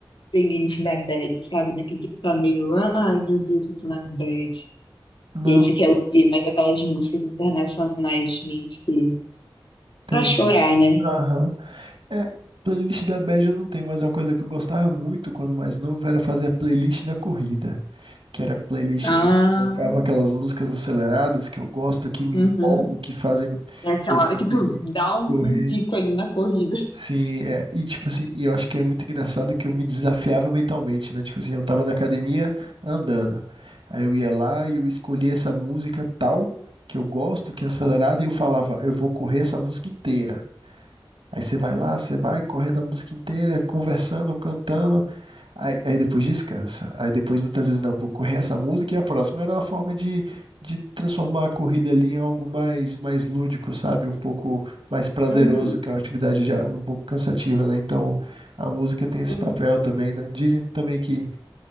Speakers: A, on the left; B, on the right.
A: playlist da bad, sabe? Naquele que tá meio, ai meu Deus, eu tô na bad.
B: não,
A: E aí você quer ouvir mais aquelas músicas internacionais mesmo que,
B: tem.
A: pra chorar, né?
B: Aham. É, playlist da bad eu não tenho, mas é uma coisa que eu gostava muito quando mais novo era fazer a playlist da corrida, que era a playlist
A: Ah,
B: que eu colocava aquelas músicas aceleradas que eu gosto, que me
A: uhum.
B: empolgam, que fazem
A: É aquela
B: eu
A: hora
B: conseguir
A: que tu dá um,
B: correr.
A: um pico ali na corrida.
B: Sim, é, e tipo assim, e eu acho que é muito engraçado que eu me desafiava mentalmente, né? Tipo assim, eu tava na academia andando. Aí eu ia lá e eu escolhia essa música tal que eu gosto, que é acelerada, e eu falava, eu vou correr essa música inteira. Aí você vai lá, você vai correndo a música inteira, conversando, cantando. Aí, aí depois descansa. Aí depois muitas vezes não, vou correr essa música e a próxima. Era uma forma de, de transformar a corrida ali em algo mais, mais lúdico, sabe? Um pouco mais prazeroso,
A: Uhum,
B: que é uma atividade já um pouco cansativa, né? Então a música tem esse
A: sim,
B: papel também, né? Dizem também que